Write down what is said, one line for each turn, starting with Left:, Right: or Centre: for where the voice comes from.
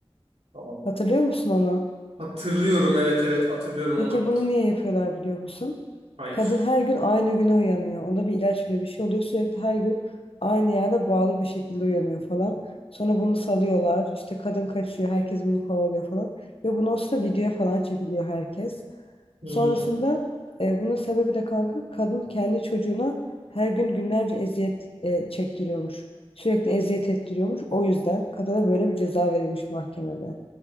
Right: tamam.
Left: Hatırlıyor musun onu?
Right: Hatırlıyorum evet evet hatırlıyorum
Left: Peki
Right: onu.
Left: bunu niye yapıyorlar biliyor musun?
Right: Hayır.
Left: Kadın her gün aynı güne uyanıyor. Ona bir ilaç bile bir şey oluyor. Sürekli her gün aynı yerde bağlı bir şekilde uyanıyor falan. Sonra bunu salıyorlar. İşte kadın kaçıyor. Herkes bunu kovalıyor falan. Ve bunu o sırada videoya falan çekiliyor herkes.
Right: Hmm,
Left: Sonrasında e, bunun sebebi de kanka kadın kendi çocuğuna her gün günlerce eziyet e, çektiriyormuş. Sürekli eziyet ettiriyormuş. O yüzden kadına böyle bir ceza verilmiş mahkemede.